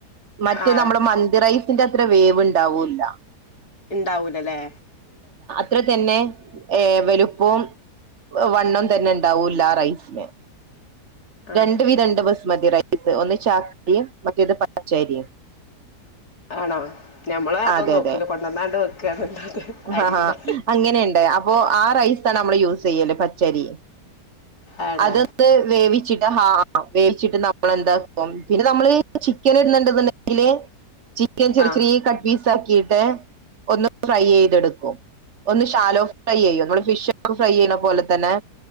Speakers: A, on the right (about 45°); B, on the left (about 65°).
A: മറ്റേ
B: ആ
A: നമ്മള മന്തി റൈസിന്റെ - അത്ര വേവിണ്ടാവൂല്ല
B: ഇണ്ടാവൂല്ലല്ലേ?
A: ഇത്ര തന്നെ ഏവലു- ഓം വണ്ണം തന്നെ ഇണ്ടാവൂല്ലാറൈസിന്-
B: ആ
A: രണ്ട് വിധം ഉണ്ട് ബസ്മതി റൈ സ് ഒന്ന് ചാക്ക്രിയും മറ്റേത് പച്ചരിയും
B: ആണോ ഞമ്മള് അതോ
A: അതെ
B: നോക്കൂല
A: അതെ
B: കൊണ്ടുവന്നാണ്ട് വെക്കന്നല്ലാദേ അരിന്റെ
A: ആഹാ അങ്ങനെയുണ്ട് അപ്പൊ ആ റൈസാണ് നമ്മൾ യൂസ് ചെയ്യല്ല പച്ചരി-
B: ആടാ
A: അതൊന്ന് വേവിച്ചിട്ട് ആ വേവിച്ചിട്ട് നമ്മളെന്താക്കും പിന്നെ നമ്മളീ ചിക്കൻ ഇടണ്ട്- കൊല്ലം ജില്ലേ- ചിക്കൻ ചെറി
B: ആ
A: ചെറിയ കട്ട് പീസാക്കി- ഒന്ന് ട്രൈ ചെയ്തെടുക്കും ഒന്ന് ശാലോ ഫ്രൈ ചെയ്യോ നമ്മൾ ഫിഷ് ഫ്രൈ ചെയ്യണ പോലെ തന്നെ